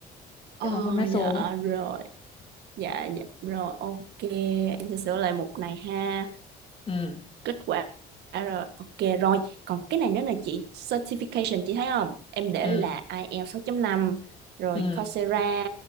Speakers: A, on the left; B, on the right.
A: chứ
B: ờ
A: không có nói suông
B: dạ
A: á
B: rồi dạ dạ rồi ok em sẽ sửa lại mục này ha
A: ừ
B: kết quả rồi ok rồi còn cái này nữa là chị certification chị thấy không em để
A: ừ
B: là ai eo sáu chấm năm rồi
A: ừ
B: Coursera